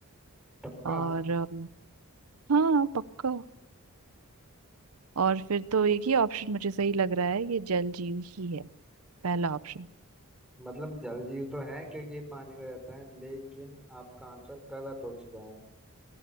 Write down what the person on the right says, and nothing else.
और अम, हाँ पक्का और फिर तो एक ही ऑप्शन मुझे सही लग रहा है ये जल जीव ही है पहला ऑप्शन